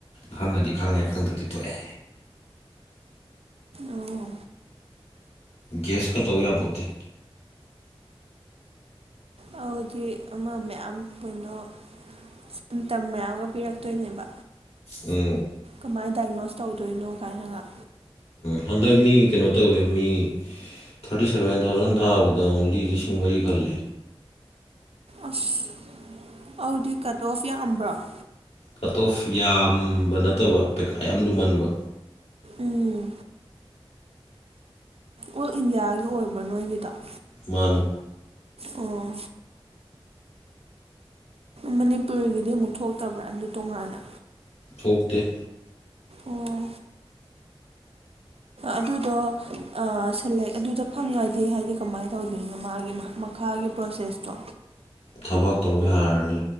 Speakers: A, on the left; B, on the right.
A: ꯈꯪꯉꯗꯤ ꯈꯪꯉꯦ ꯈꯪꯗꯗꯤ ꯇꯣꯛꯑꯦ
B: ꯑꯣ
A: ꯀꯦꯁꯀ ꯇꯧ ꯌꯥꯄꯣꯠꯇꯦ
B: ꯍꯧꯗꯤ ꯑꯃ ꯃꯌꯥꯝ ꯀꯩꯅꯣ ꯁꯤꯝ ꯇꯝ ꯃꯌꯥꯝꯒ ꯄꯤꯔꯛꯇꯣꯏꯅꯦꯕ
A: ꯎꯝ
B: ꯀꯃꯥꯏꯅ ꯗꯥꯏꯒꯅꯣꯁ ꯇꯧꯗꯣꯏꯅꯣ ꯀꯥꯏꯅꯒ
A: ꯍꯟꯗꯛ ꯃꯤ ꯀꯩꯅꯣ ꯇꯧꯋꯦ ꯃꯤ ꯊꯥꯔꯇꯤ ꯁꯕꯦꯟ ꯊꯥꯎꯖꯟ ꯊꯥꯕꯗ ꯑꯣꯡꯂꯤ ꯂꯤꯁꯤꯡ ꯃꯔꯤ ꯈꯜꯂꯦ
B: ꯑꯁ ꯑꯗꯨꯗꯤ ꯀꯩꯅꫭꯁꯨ ꯌꯥꯝꯕ꯭ꯔꫭ
A: ꯀꯠ ꯇꫭꯐ ꯌꯥꯝꯕ ꯅꯠꯇꯕ ꯄꯩꯈꯥ ꯌꯥꯝ ꯂꯨꯝꯃꯟꯕ
B: ꯎꯝ ꯑꯣꯜ ꯏꯟꯗꯤꯌꯥꯒꯤ ꯑꯣꯏꯕ꯭ꯔꯥ ꯅꯣꯏꯒꯤꯗꫭ
A: ꯃꯥꯅꯤ
B: ꯑꯣ ꯃꯅꯤꯄꯨꯔꯒꯤꯗꯤ ꯑꯃꯨꯛ ꯊꯣꯛꯇꯕ꯭ꯔꯥ ꯑꯗꯨ ꯇꯣꯡꯉꯥꯟꯅ
A: ꯊꯣꯛꯇꯦ
B: ꯑꯣ ꯑꯗꯨꯗꯣ ꯑ ꯁꯂꯦꯛ ꯑꯗꯨꯗ ꯐꯪꯉꯗꯤ ꯍꯥꯏꯗꯤ ꯀꯃꯥꯏꯅ ꯇꯧꯗꯣꯏꯅꯣ ꯃꯥꯒꯤ ꯃꯍꯛ ꯃꯍ ꯈꯥꯒꯤ ꯄ꯭ꯔꯣꯁꯦꯁꯇꯣ
A: ꯊꯕꯛ ꯇꯧꯕ ꯌꯥꯔꯅꯤ